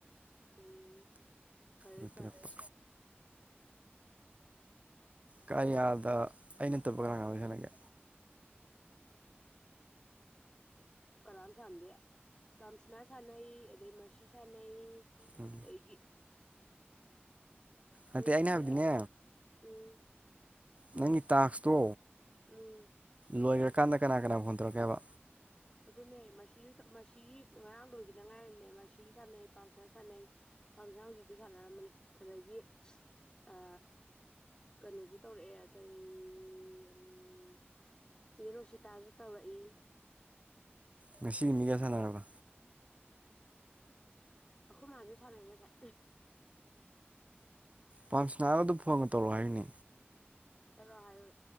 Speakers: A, on the left; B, on the right.
A: ꯎꯝ ꯐꯔꯦ
B: ꯔꯇꯦꯞꯄ
A: ꯐꯔꯦ
B: ꯀꯔꯤꯌꯥꯗ ꯑꯩꯅ ꯑꯇꯣꯞꯄ ꯀꯅꯥ ꯀ ꯑꯣꯏ ꯁꯥꯟꯂꯒꯦ
A: ꯀꯅꯥꯝ ꯁꯥꯟꯅꯗꯦ ꯄꯝꯁꯅꯥ ꯁꯥꯟꯅꯩ ꯑꯗꯩ ꯁꯥꯟꯅꯩ
B: ꯎꯝ
A: ꯑꯗꯒꯤ
B: ꯅꯠꯇꯦ
A: ꯩ
B: ꯑꯩꯅ
A: ꯀ
B: ꯍꯥꯏꯕꯗꯤꯅꯦ
A: ꯎꯝ
B: ꯅꯪꯒꯤ ꯇꯥꯛꯁꯇꯣ
A: ꯎꯝ
B: ꯂꯣꯏꯈ꯭ꯔꯀꯥꯟꯗ ꯀꯅꯥ ꯀꯅꯥ ꯐꯣꯟ ꯇꯧꯔꯛꯀꯦꯕ
A: ꯑꯗꯨꯅꯦ ꯃꯁꯤ ꯃꯁꯤꯒꯤ ꯉꯔꯥꯡ ꯂꯣꯏꯈꯤꯗ ꯉꯥꯏꯔꯤꯕꯅꯦ ꯃꯁꯤ ꯁꯥꯟꯅꯩ ꯄꯜꯆꯔ ꯁꯥꯟꯅꯩ ꯄꯥꯝꯁꯥ ꯍꯧꯖꯤꯛꯇꯤ ꯁꯥꯟꯅꯔꯝꯕꯅꯤ ꯑꯗꯒꯤ ꯑ ꯀꯩꯅꯣꯁꯨ ꯇꯧꯔꯛꯑꯦ ꯀꯩ ꯎꯝ ꯆꯦ ꯔꯣꯁꯤꯇꯥꯁꯨ ꯇꯧꯔꯛꯏ
B: ꯉꯁꯤꯒꯤ ꯃꯤꯒꯌꯥ ꯁꯥꯟꯅꯔꯕ
A: ꯑꯩꯈꯣꯏ ꯃꯥꯅꯥꯁꯨ ꯁꯥꯟꯅꯩ ꯉꯁꯥꯏ
B: ꯄꯥꯝꯁꯅꯥꯕ ꯑꯗꯨ ꯐꯣꯟꯒ ꯇꯧꯔꯛꯑꯣ ꯍꯥꯏꯅꯤ
A: ꯇꯔꯣꯑꯣ ꯍꯥꯏꯌꯨꯔ